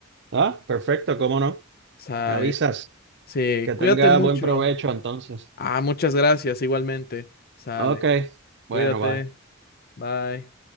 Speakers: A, on the right; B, on the left.
A: Ah, perfecto, ¿cómo no?
B: O sea,
A: Me avisas.
B: eh, sí,
A: Que tenga
B: cuídate mucho.
A: buen provecho entonces.
B: Ah, muchas gracias, igualmente. Sale,
A: Ok, bueno,
B: cuídate,
A: bye.
B: bye.